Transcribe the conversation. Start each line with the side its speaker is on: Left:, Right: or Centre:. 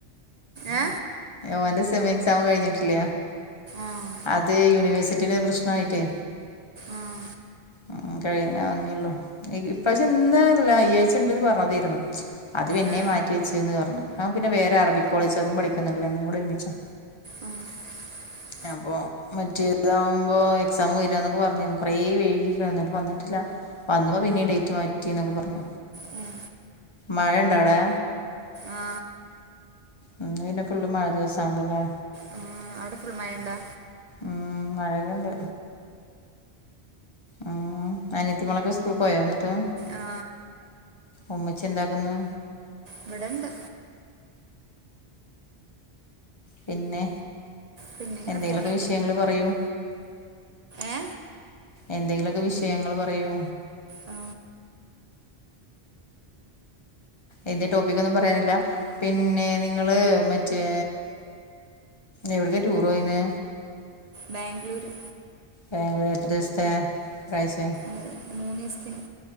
Right: ഏ
Left: ഓന്റെ സെമി എക്സാം കഴിഞ്ഞിട്ടില്ല
Right: ആ
Left: അത് യൂണിവേഴ്സിറ്റി പട്ടെ പ്രശ്നായിട്ടേ
Right: ആഹ
Left: ഉ കഴിയാന ഒന്നേള്ളൂ ഇപ്രാവശ്യം ഇന്നല്ല അയ്യഴ്ച്ച ഉണ്ട്ന്ന് പറഞ്ഞതായിരുന്നു അത്ും എന്നെ
Right: ആ,
Left: മാറ്റിവെച്ചെന്ന് പറഞ്ഞു പിന്നെ വേറെ അറബിക് കോളേജ് അും പഠിക്ക രണ്ടും കൂടെ ഒരുമിച്ചോ
Right: ആ, <inaudible>
Left: അപ്പോൾ മറ്റേതാകുമ്പോൾ എക്സാം വര എന്നൊക്കെ പറഞ്ഞിരുന്നു കുറേ പേഴുകി എന്നിട്ട് വന്നിട്ടില്ല വന്നപ്പോ പിന്നീ ഡേറ്റ് മാറ്റി എന്നൊക്കെ പറഞ്ഞ
Right: ഉം
Left: മഴേ ണ്ടാവിടെ
Right: ആ,
Left: ഉ പിന്നെ ഫുള്ള് മഴ ദിവസ ആണല്ലല്ലേ
Right: ഉം, അവിടെ ഫുൾ മയണ്ടാ
Left: ഉം മഴകണ്ട് ഉം അനിയത്തിമളക്കെ സ്കൂൾ പോയ വന്നിട്ട്
Right: ആ
Left: ഉമ്മച്ചി എന്താക്കുന്നു?
Right: ഇവഡെണ്ട്.
Left: പിന്നെ
Right: പിന്നെ ഇങ്ങനെ
Left: എന്തെങ്കിലൊക്കെ
Right: പോണ്
Left: വിഷയങ്ങൾ പറയൂ?
Right: ഏ
Left: എന്തെങ്കിലുമൊക്കെ വിഷയങ്ങൾ പറയൂ?
Right: ആ,
Left: ഏതേ ടോപ്പിക്കൊന്നും പറയാനില്ല, പിന്നെ നിങ്ങള് മറ്റേ എവ്ട്ക്ക ടൂർ പോയിന്നേ?
Right: ബാംഗ്ളൂര്.
Left: ബാംഗ്ലൂർ എത്ര ദിവസത്തെ? ഒരാഴ്ചയോ
Right: മൂ, മൂന്ന് ദിവസത്തിന്.